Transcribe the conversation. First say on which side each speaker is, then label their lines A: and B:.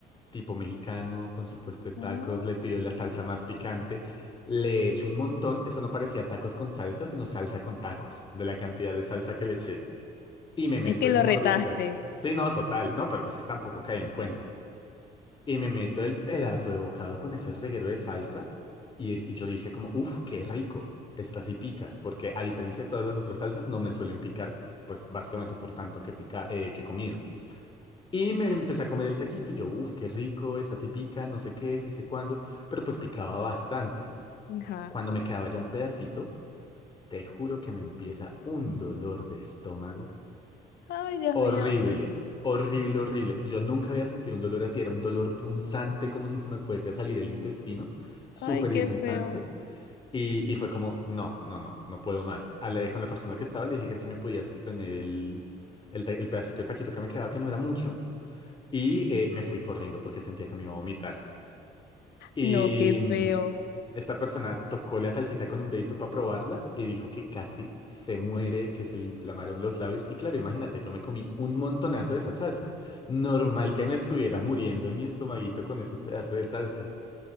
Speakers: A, on the left; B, on the left.
A: tipo mexicano con su puesto de tacos,
B: Ah,
A: le pido la salsa más picante, le echo un montón. Eso no parecía tacos con salsa, sino salsa con tacos, de la cantidad de salsa que le eché. Y me meto
B: es que
A: el
B: lo
A: mordiscazo.
B: retaste.
A: Sí, no, total, no, pero es que tampoco cae en cuenta. Y me meto el pedazo de bocado con ese reguero de salsa. Y, es- y yo dije como, uff, qué rico. Esta sí pica. Porque a diferencia de todas las otras salsas, no me suelen picar. Pues básicamente por tanto que pica, eh, que he comido. Y me empecé a comer el taquito y yo, uff, qué rico, esta sí pica, no sé qué, sí sé cuándo. Pero pues picaba bastante.
B: <laughs> Ajá.
A: Cuando me quedaba ya un pedacito, te juro que me empieza un dolor de estómago
B: Ay, Dios
A: Horrible,
B: mío.
A: horrible, horrible. Yo nunca había sentido un dolor así, era un dolor punzante como si se me fuese a salir el intestino, súper
B: Ay, qué
A: irritante.
B: feo.
A: Y, y fue como, no, no, no, no puedo más. Hablé con la persona que estaba, le dije que sí me podía sostener el, el, ta- el pedacito de taquito que me quedaba, que no era mucho, y eh, me fui corriendo porque sentía que me iba a vomitar. Y
B: No, qué feo.
A: mm, esta persona tocó la salsita con un dedito para probarla y dijo que casi se muere, que se le inflamaron los labios. Y claro, imagínate, yo me comí un montonazo de esa salsa. Normal que me estuviera muriendo en mi estomaguito con ese pedazo de salsa.